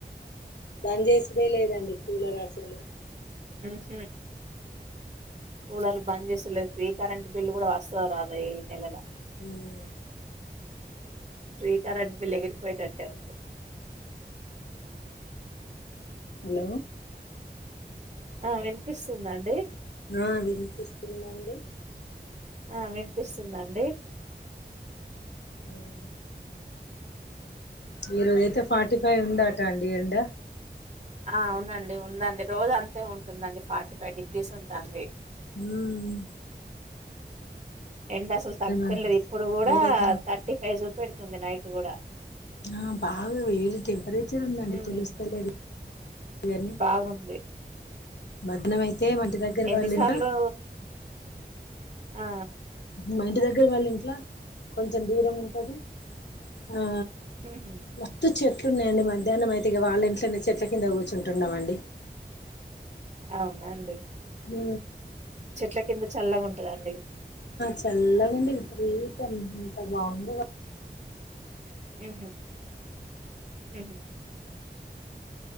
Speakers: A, on the left; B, on the right.
A: బంద్ చేసిడే లేదండి కూలర్ అసలు
B: ఉహ్ హు కూలర్లు బంద్ చేసలేదు ఫ్రీ కరెంట్ బిల్లు కూడా వస్తదో రాదో ఈ నెలల
A: ఉహ్
B: ఫ్రీ కరెంటు బిల్ ఎగిరిపోయేటట్టే ఉంది.
A: హలో
B: ఆ వినిపిస్తుంద అండి.
A: ఆ వినిపిస్తుందండి
B: ఆ వినిపిస్తుందండి
A: ఉహ్ ఈరోజ అయితే ఫార్టీ ఫైవ్ ఉందాట అండి ఎండ.
B: ఆ అవునండి ఉందండి రోజ అంతే ఉంటుందండి. ఫార్టీ ఫైవ్ డిగ్రీస్ ఉంటంది.
A: ఉహ్మ్
B: ఎండా అసలు తగ్గుతలేదు
A: అంతా
B: ఇప్పుడు కూడా
A: లేదండి
B: థర్టీ ఫైవ్ చూ పెడుతుంది నైట్ కూడా
A: ఆ బాగా వేడి టెంపరేచర్ ఉందండి.
B: ఉమ్
A: తెలుస్తలేదు కాని
B: బాగుంది
A: మధ్యాహ్నమైతే మంటి దగ్గర
B: ఎన్నిసార్లు
A: వాళ్ళింట
B: ఆ
A: మరి ఇంటి దగ్గర వాళ్ళ ఇంట్లా కొంచెం దూరం ఉంటది ఆ
B: ఉహు
A: వతు చె ఎట్లున్నాయండి మధ్యాహ్నం అయితే ఇక వాళ్ళ ఇట్లనే చెట్ల కింద కూర్చుంటున్నామండి
B: అవునండి
A: ఉ
B: చెట్ల కింద చల్లగా ఉంటదండి
A: చెల్లకండ విపరీతంంత బాగుంది
B: ఉహ హ